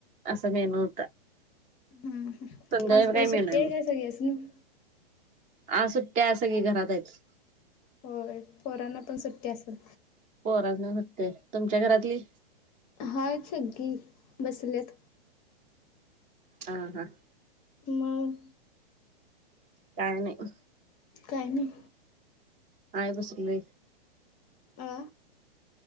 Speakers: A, on the right; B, on the left.
A: असं मेनू होत
B: हम्म
A: संध्याकाळी
B: आज
A: काय मेनू
B: सुट्टी
A: हाय मग?
B: आहे काय सगळ्यासनी
A: आज सुट्ट्या सगळी घरात आहेत.
B: होय, पोरांना पण सुट्टी असल.
A: पोरास्नी सुट्ट्रीय तुमच्या घरातली?
B: हायत सगळी बसल्यात.
A: हा हा.
B: मग
A: काय नाही?
B: काय नाही?
A: हाय बसलोय.
B: आ